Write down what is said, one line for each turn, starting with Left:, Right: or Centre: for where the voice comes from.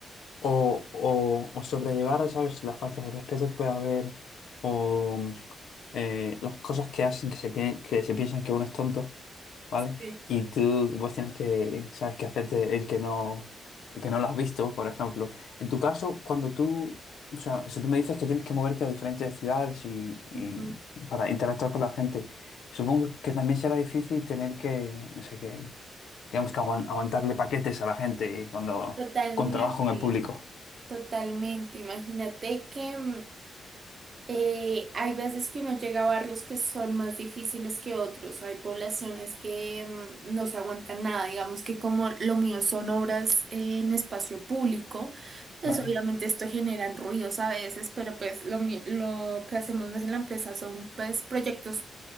Left: o, o, o sobrellevar, ¿sabes?, las faltas de respeto que puede haber o eh, las cosas que hacen que se, pi- que se piensan que uno es tonto, ¿vale?
Right: Sí.
Left: Y tú vos tienes que, ¿sabes?, que hacerte el que no, el que no lo has visto, por ejemplo. En tu caso, cuando tú, o sea, si tú me dices que tienes que moverte a diferentes ciudades y, y
Right: Ujú.
Left: para interactuar con la gente, supongo que también será difícil tener que, no sé, que, digamos que aguan- aguantarle paquetes a la gente cuando...
Right: Totalmente,
Left: con trabajo en el público.
Right: totalmente. Imagínate que mm, Eh, hay veces que uno llega a barrios que son más difíciles que otros, hay poblaciones que mm, no se aguantan nada, digamos que como lo mío son obras en espacio público, pues
Left: Vale,
Right: obviamente esto generan ruidos a veces, pero pues lo, mi- lo que hacemos en la empresa son pues proyectos